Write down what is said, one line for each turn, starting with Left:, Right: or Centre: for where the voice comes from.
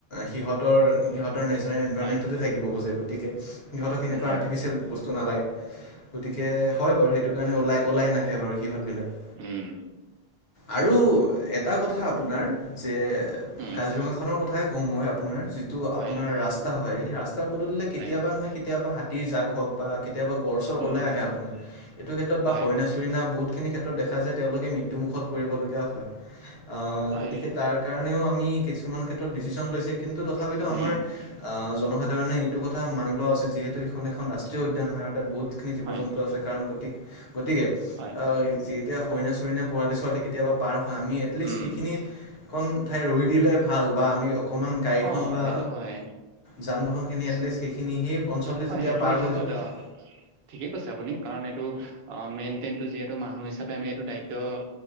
Left: সিহঁতৰ, সিহঁত ৰ নেচনেল এনভৰমেটতে
Right: হয়
Left: থাকিব খোজে, গতিকে সিহঁতক
Right: উম
Left: এনেকুৱা আৰ্টিফিচিয়েল বস্তু নালাগে। গতিকে হয় বাৰু, সেইটো কাৰণে ওলাই-ওলাই নাহে বাৰু সিহঁত বিলাক।
Right: উম
Left: আৰু এটা কথা আপোনাৰ যে এ
Right: উম
Left: কাজিৰঙাখনৰ কথাই কওঁ, মই আপোনাৰ, যিটো
Right: হয়
Left: আপোনাৰ ৰাস্তা হয়, সেই ৰাস্ত পদূলিলে কেতিয়াবা
Right: হয়
Left: নহয় কেতিয়াবা হাতীৰ জাগ হওঁক বা কেতিয়াবা গড়-চড়
Right: উম
Left: ওলাই আহে আপোনাৰ, এইটো ক্ষেত্ৰত বা
Right: হয়,
Left: হৰিণা চৰিনা বহুতখিনি ক্ষেত্ৰত দেখা যায় তেওঁলোকে মৃত্যুমুখত পৰিব লগীয়া হয়, অ',
Right: হয়,
Left: গতিকে তাৰ কাৰণেও আমি কিছুমান ক্ষেত্ৰত ডিচিশন লৈছে, কিন্তু তথাপিতো আমাৰ,
Right: উম,
Left: আহ জনসাধ সেই ধাৰণে এইটো কথা মানি লোৱা উচিত, যিহেতু সেইখন এখন ৰাষ্ট্ৰীয় উদ্যান হয়, অৰ্থাৎ বহুত বহুত খিনি জীৱ-জন্তু
Right: হয়,
Left: আছে, কাৰণ গতি, গতিকে, অ',
Right: হয়,
Left: এতিয়া হৰিণা-চৰিণা, পোৱালি-ছোৱালী কেতিয়াবা পাৰ হয়, আমি এটলিষ্ট
Right: উম।
Left: সেইখিনিত এখন ঠাই ৰৈ দিলে ভাল, বা আমি অকমান গাড়ীখন
Right: অ',
Left: বা
Right: সেইটো হয়।
Left: যান-বাহন খিনি এটলিষ্ট সেই খিনি সেই অঞ্চলটো
Right: হয়,
Left: যেতিয়া
Right: সেইটো
Left: পাৰ
Right: হিচাপত
Left: হৈ য-
Right: অ' ঠিকেই কৈছে আপুনি, কাৰণ এইটো অঁ মেইনটেইনটো যিহেতু মানুহ হিচাপে আমি এইটো দায়িত্ব-